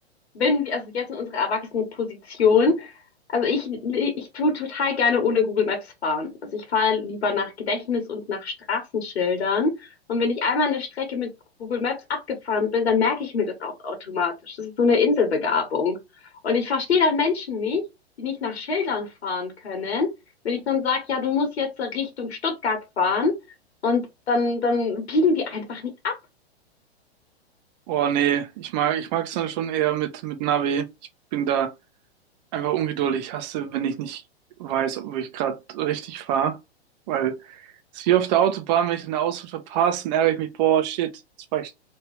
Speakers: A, on the left; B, on the right.
A: wenn wir, also jetzt in unserer Erwachsenenposition, also ich, ich tue total gerne ohne Google Maps fahren. Also ich fahre lieber nach Gedächtnis und nach Straßenschildern. Und wenn ich einmal eine Strecke mit Google Maps abgefahren bin, dann merke ich mir das auch automatisch. Das ist so eine Inselbegabung. Und ich verstehe dann Menschen nicht, die nicht nach Schildern fahren können. Wenn ich dann sage, ja, du musst jetzt Richtung Stuttgart fahren und dann, dann biegen die einfach nicht ab.
B: Oh nee, ich mag, ich mag's dann schon eher mit, mit Navi. Ich bin da einfach ungeduldig. Ich hasse, wenn ich nicht weiß, ob ich gerade richtig fahre, weil es ist wie auf der Autobahn, wenn ich eine Ausfahrt verpasse, dann ärgere ich mich, boah, shit, jetzt war ich